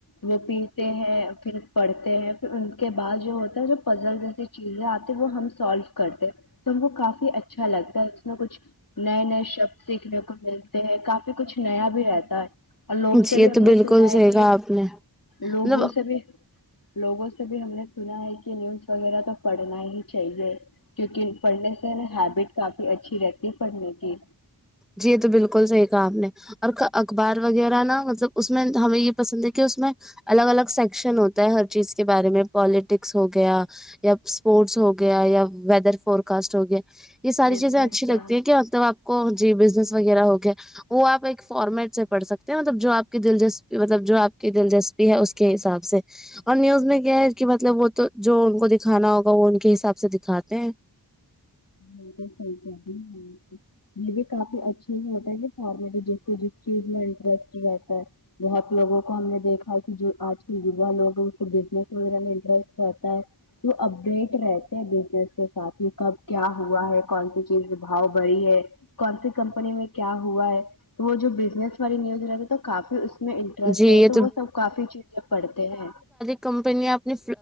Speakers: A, on the left (about 50°); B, in the centre.
A: وہ پیتے ہیں پھر پڑتے ہیں پھر ان کے بعد جو ہوتا ہے جو پزل جیسی چیزیں آتی وہ ہم سالو کرتے تو ہم وہ کافی اچھا لگتا ہے اس میں کچھ نئے نئے شب کو ملتے ہیں کافی کچھ نیا بھی رہتا ہے اور لوگ
B: جی
A: سے بھی
B: یہ
A: ہم
B: تو
A: نے
B: بالکل
A: سنا ہے
B: صحیح
A: کہ
B: کہا آپ نے مطلب
A: لوگوں سے بھی لوگوں سے بھی ہم نے سنا ہے کہ نیوز وغیرہ تو پڑھنا ہی چاہیے کیونکہ پڑھنے سے نا ہیبٹ کافی اچھی رہتی ہے پڑھنے کی
B: جی یہ تو بالکل صحیح کہا آپ نے اور اخبار وغیرہ نا مطلب اس میں ہمیں یہ پسند ہے کہ اس میں الگ الگ سیکشن ہوتا ہے ہر چیز کے بارے میں پالیٹکس ہو گیا یا اسپورٹس ہو گیا یا ویدر فور کاسٹ ہو گیا یہ ساری
A: بزنس
B: چیزیں اچھی لگتی ہیں کہ مطلب آپ کو جی بزنس وغیرہ ہو گیا وہ آپ ایک فارمیٹ سے پڑھ سکتے ہیں مطلب جو آپ کی دلچسپی مطلب جو آپ کی دلچسپی بھی ہے اس کے حساب سے اور نیوز میں کیا ہے کہ مطلب وہ تو جو ان کو دکھانا ہوگا وہ ان کے حساب سے دکھاتے ہیں
A: <unintelligible> یہ بھی کافی اچھے ہوتا ہے کہ فارمیٹ جس کو جس چیز میں انٹرسٹ رہتا ہے بہت لوگوں کو ہم نے دیکھا ہے کہ جو آج کل لوگ ہیں اس کو بزنس وغیرہ میں انٹرسٹ رہتا ہے تو اپڈیٹ رہتے ہیں بزنس کے ساتھ ہی کب کیا ہوا ہے کون سی چیز بھؤ بڑی ہے کون سی کمپنی میں کیا ہوا ہے وہ جو بزنس والی نیوز رہتی تو کافی اس میں انٹرسٹ
B: جی یہ
A: رہتا تو وہ سب کافی چیزیں پڑھتے ہیں
B: کمپنییاں اپنی